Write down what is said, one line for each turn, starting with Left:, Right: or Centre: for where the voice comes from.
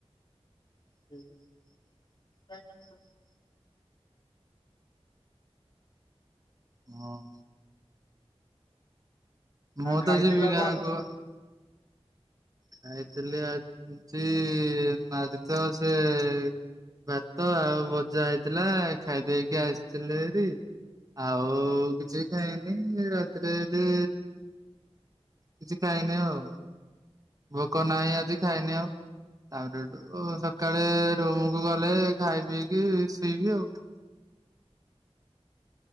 Left: ହୁଁ
Right: ହଁ ମୁଁ
Left: ଆଉ ଖାଇଥିଲ
Right: ତ ଯିବି ଗାଁକୁ।
Left: କଣ
Right: ଯାଇଥିଲି ଆଜି ନ ତ ସେ <inaudible> ଭାତ ଆଉ ଭଜା ହେଇଥିଲା ଖାଇଦେଇକି ଆସିଥିଲି ହାରି। ଆଉ କିଛି ଖାହିନି ରାତିରେ ଏଠି କିଛି ଖାଇନି ଆଉ। ଭୋକ ନାହିଁ ଆଜି ଖାଇନି ଆଉ ତାପରେସକାଳେ ରୁମକୁୁ ଗଲେ ଖାଇ ପିଇକି ଶୋଇବି ଆଉ